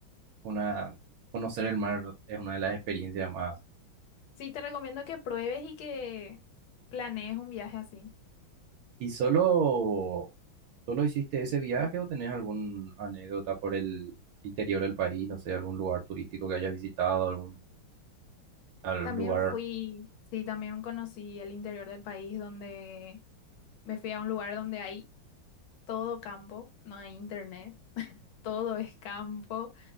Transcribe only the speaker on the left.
Sí, te recomiendo que pruebes y que planees un viaje así.
También
fui, sí, también conocí el interior del país donde me fui a un lugar donde hay todo campo, no hay internet, todo es campo,